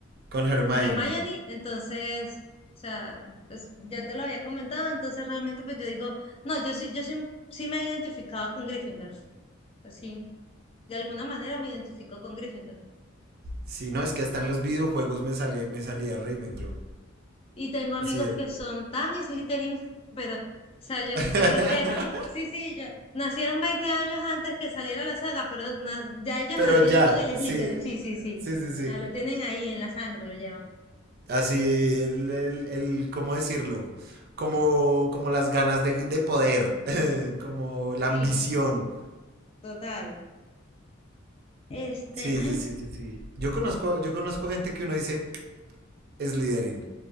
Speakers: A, on the right (about 50°); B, on the left (about 30°).
A: con Hermione.
B: Hermione, entonces, o sea, pues ya te lo había comentado, entonces realmente pues yo digo, no, yo sí, yo sí, sí me he identificado con Gryffindor, así, de alguna manera me identifico con Gryffindor.
A: Sí, no, es que hasta en los videojuegos me, sale, me salía Ravenclaw.
B: Y tengo amigos
A: Así de.
B: que son tan Slytherin, <laughs> pero, o sea, yo,
A: <laughs>
B: yo creo que, sí, sí, yo, nacieron 20 años antes que saliera la saga, pero na- ya ellos
A: Pero
B: nacieron
A: ya,
B: con el Slytherin,
A: sí.
B: sí, sí, sí,
A: Sí, sí, sí.
B: ya lo tienen ahí en la sangre, lo llevan.
A: Así, el, el, el- ¿cómo decirlo? Como, como las ganas de, de poder, <laughs> como la
B: Sí,
A: ambición.
B: total. Este,
A: Sí,
B: ay,
A: sí, sí, sí, sí. Yo conozco, yo conozco gente que uno dice, es Slytherin.